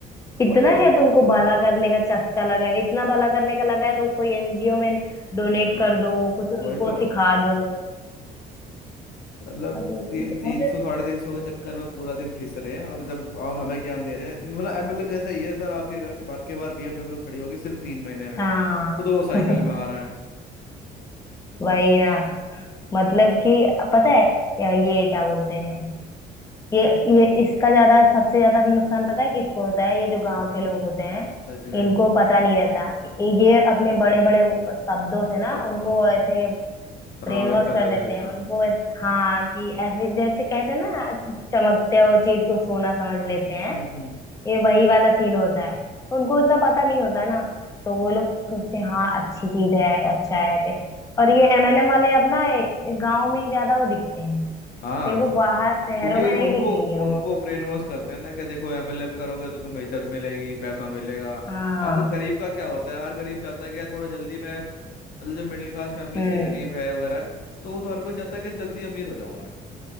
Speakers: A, on the left; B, on the left.
A: इतना
B: और इतने
A: क्या तुमको भला करने का चस्का लगा है इतना भला करने का लगा है तो कोई एनजीओ में डोनेट
B: दाम,
A: कर दो कुछ
B: वही
A: उनको
B: तो
A: सिखा दो
B: मतलब
A: हद होती
B: ती, तीन
A: है मुझे
B: सौ साढ़े तीन सौ के चक्कर में पूरा दिन घिस रहे हैं और जब और हमें ज्ञान दे रहे हैं मतलब एमएलएम जैसा ही है सर आपके घर के बाहर के बाहर बीएमडब्ल्यू खड़ी होगी सिर्फ तीन महीने में
A: हाँ
B: खुद वो
A: <laughs>
B: साइकिल में आ रहा है
A: वही ना मतलब कि पता है ये क्या बोलते हैं ये ये इसका ज्यादा सबसे ज्यादा नुकसान पता है किसको होता है ये जो
B: इसको
A: गांव के लोग होते हैं
B: सच में
A: इनको पता नहीं रहता ये अपने बड़े बड़े शब्दों से ना
B: सब
A: उनको
B: हाँ,
A: ऐसे
B: प्रभावित
A: ब्रेन वॉश
B: कर
A: कर
B: देते
A: देते
B: हैं एकदम
A: हैं उनको ऐस- हाँ कि ऐसे जैसे कहते हैं ना चमकते हुए चीज को सोना समझ लेते हैं
B: हम्म
A: ये वही वाला सीन होता है उनको इतना पता नहीं होता ना तो वो लोग सोचते हैं हाँ अच्छी चीज है अच्छा है ऐसे और ये एमएलएम वाले अब ना गाँव में ही ज्यादा वो दिखते हैं
B: हाँ
A: देखो
B: सो
A: बाहर शहरों
B: क्योंकि
A: में
B: उनको
A: नहीं दिखेंगे वो
B: उनको ब्रेन वॉश करते हैं ना कि देखो एमएलए करोगे तो तुम्हें इज्जत मिलेगी पैसा मिलेगा
A: हाँ
B: अब गरीब का क्या होता है हर गरीब चाहता है कि यार थोड़ा जल्दी मैं मतलब जो मिडिल क्लास फैमिली
A: हम्म
B: से गरीब है वगैरह तो वो तो हर कोई चाहता है कि जल्दी अमीर हो जाऊं मैं